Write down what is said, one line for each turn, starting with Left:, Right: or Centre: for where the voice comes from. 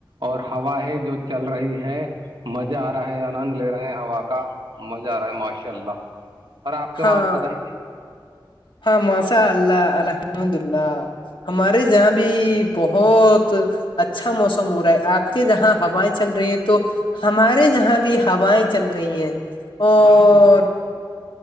Right: اور ہوایں جو چل رہی ہے مزہ آ رہا ہے آنند لے رہے ہیں ہوا کا مزہ آ رہا ہے ماشاء اللہ اور آپ کے
Left: ہاں
Right: وہاں بتائیے
Left: ہاں مسا اللہ الحمد اللہ ہمارے جہاں بھی بہت اچھا موسم ہو رہا ہے آپ کے جہاں ہوائیں چل رہی ہیں تو ہمارے یہاں بھی ہوائیں چل رہی ہیں اور
Right: الحمد للہ